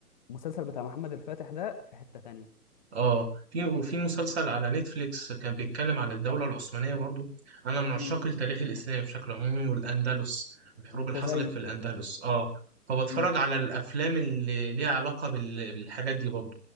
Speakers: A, on the left; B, on the right.
A: المسلسل بتاع محمد الفاتح ده في حتة تانية
B: اه في وفي مسلسل على نتفليكس كان بيتكلم عن الدولة العثمانية برضو انا من عشاق
A: مم.
B: التاريخ الاسلامي بشكل عمومي والاندلس الحروب
A: أنت
B: اللي حصلت
A: زي
B: في الاندلس
A: كده
B: اه فبتفرج
A: مم.
B: على الافلام اللي ليها علاقة بال... بالحاجات دي برضو